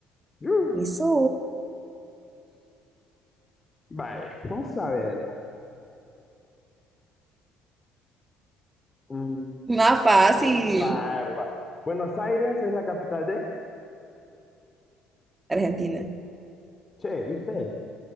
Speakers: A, on the left (about 20°); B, on the right (about 15°).
A: Uh,
B: Eso,
A: Vale, vamos a ver. Mm,
B: más fácil.
A: va- va- Buenos Aires es la capital de...
B: Argentina,
A: Che, ¿viste?